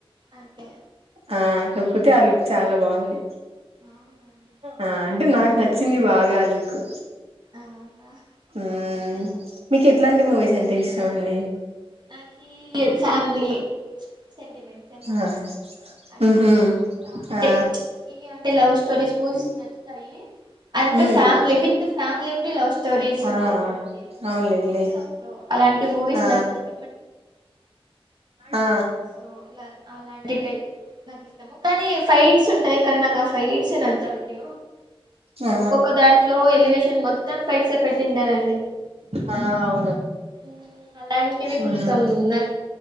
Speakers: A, on the right; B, on the right.
A: అంతే
B: ఆ కాకపోతే ఆ లుక్ చాలా బాగుంది.
A: అవునండి
B: ఆ అంటే నాకు నచ్చింది బాగా ఆ లుక్కు.
A: అవునా
B: ఉమ్
A: ఆ,
B: మీకు ఎట్లాంటి మూవీస్ అంటే ఇస్ మండి.
A: నాకీ ఫ్యామిలీ ప్చ్ సెంటిమెంట్స్, ఎమోషన్
B: ఆ
A: అండ్
B: మ్హూ
A: అంటే
B: ఆ
A: ఈ అంటే లవ్ స్టోరీస్ మూవీస్ నచ్చుతాయి. And
B: hmm
A: family with family ఉండి లవ్ స్టోరీస్
B: ఆ
A: ఉంటాయి చూడండి
B: అవునులేండి
A: మిక్సప్లో అలాంటి మూవీస్
B: ఆ
A: నాకు ఇష్ట
B: ఆ
A: సో అలాంటి టై నాకు ఇష్టము. కానీ ఫైట్స్ ఉంటాయి ఇక్కడ నాకు ఆ ఫైట్స్ నచ్చవండి.
B: ఆ
A: ఒక్కొక్క దాంట్లో ఎలివేషన్ మొత్తం ఫైట్సే పెట్టింటారండి
B: ఆ అవును
A: ఉమ్ అలా
B: మ్మ్
A: కొంచెం న